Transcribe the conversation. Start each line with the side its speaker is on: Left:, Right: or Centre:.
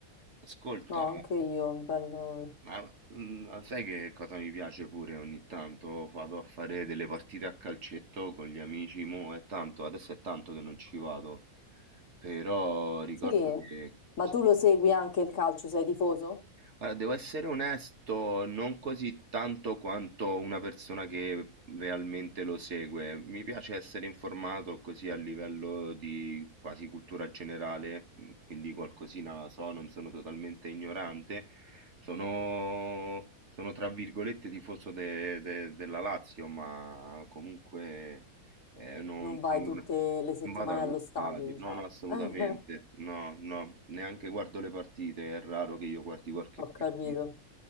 Right: Ascolta,
Left: No, anche io, è un bello.
Right: ma mm, ah, sai che cosa mi piace pure ogni tanto? Vado a fare delle partite a calcetto con gli amici, mo è tanto, adesso è tanto che non ci vado, però ricordo
Left: Sì,
Right: che
Left: ma
Right: sì,
Left: tu lo segui anche il calcio, sei tifoso?
Right: allora, devo essere onesto, non così tanto quanto una persona che realmente lo segue. Mi piace essere informato così a livello di quasi cultura generale, mh, quindi qualcosina la so, non sono totalmente ignorante. Sono, sono tra virgolette tifoso de- de- della Lazio, ma comunque eh, non
Left: Non vai
Right: sono
Left: tutte
Right: una-
Left: le settimane
Right: non vado allo
Left: allo stadio,
Right: stadio,
Left: diciamo.
Right: no, no, assolutamente,
Left: <laughs>
Right: no, no, neanche guardo le partite, è raro che io guardi qualche
Left: Ho
Right: partita.
Left: capito,